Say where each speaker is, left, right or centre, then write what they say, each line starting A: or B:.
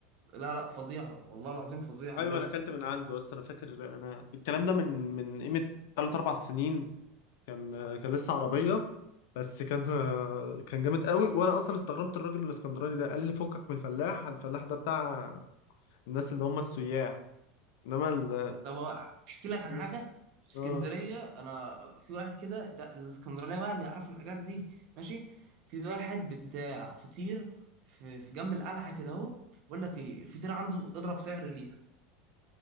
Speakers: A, on the right (about 45°); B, on the left (about 65°).
A: لا لا فظيعة والله العظيم فظيعة
B: ايوه
A: بجد
B: انا اكلت من عنده بس انا فاكر انا الكلام ده من من قيمه ثلاث اربع سنين كان كان لسه عربيه بس كان كان جامد قوي وانا اصلا استغربت الراجل الاسكندراني ده قال لي فكك من الفلاح الفلاح ده بتاع الناس اللي هم السياح انما ال...
A: طب احكي لك عن
B: الناس-
A: حاجه في اسكندريه
B: اه
A: انا في واحد كده ده الاسكندرانيه بقى اللي يعرفوا الحاجات دي ماشي في واحد بتاع فطير في, في جنب القلعه كده اهو بقول لك ايه الفطيره عنده اضرب سعر ليها